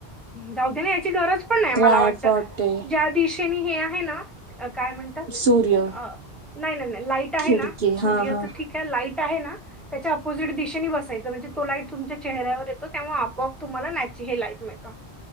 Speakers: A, in the centre; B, on the right.
A: जाऊ दे ना ह्याची गरज <unintelligible>
B: ड्राय
A: मला वाटतं
B: पॉट आहे.
A: ज्या दिशी त्यांनी हे आहेना काय म्हणतात
B: सूर्य
A: अ नाय नाय लाईट लाईट आहे
B: खिडकी
A: ना
B: हा
A: सूर्याचं
B: हा
A: ठीक आहे लाईट आहे ना - त्याच्या अपोजिट दिशेने बसायचं म्हणजे तो लाईट तुमच्या चेहऱ्यावर येतो त्यामुळे आपोआप तुम्हाला नॅची हे लाईट मिळतं.